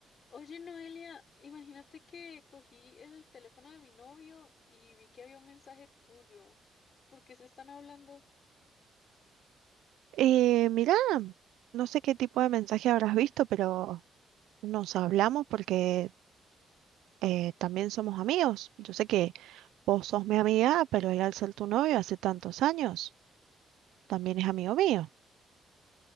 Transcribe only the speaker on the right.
Eh, mirá, no sé qué tipo de mensaje habrás visto, pero nos hablamos porque eh, también somos amigos. Yo sé que vos sos mi amiga, pero él al ser tu novio hace tantos años, también es amigo mío.